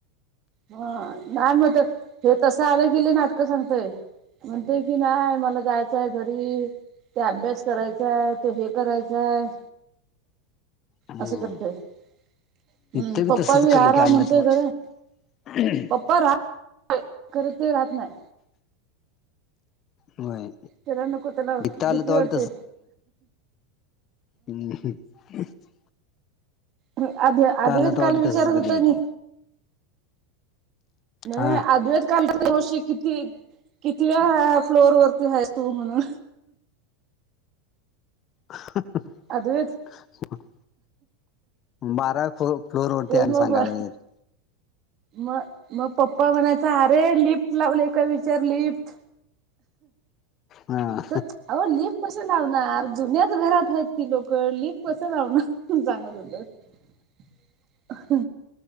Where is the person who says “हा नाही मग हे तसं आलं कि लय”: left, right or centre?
Right